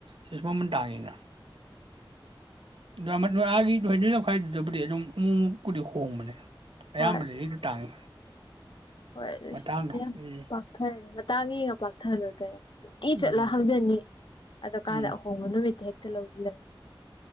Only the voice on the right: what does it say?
ꯁꯤꯁꯨ ꯃꯃꯟ ꯇꯥꯡꯉꯦꯅ ꯗ ꯑꯃꯗꯣ ꯑꯥꯒꯤ ꯍꯣꯏꯗꯣꯏ ꯅ ꯈꯋꯥꯏꯗꯨꯗꯕꯨꯗꯤ ꯑꯗꯨꯝ ꯑꯃꯨꯛꯃꯨꯛꯀꯨꯗꯤ ꯍꯣꯡꯕꯅꯦ ꯑꯌꯥꯝꯕꯗꯤ
ꯁꯤꯗꯤ ꯇꯥꯡꯉꯤ
ꯃꯇꯥꯡꯗꯣ
ꯎꯝ
ꯎꯝ
ꯎꯝ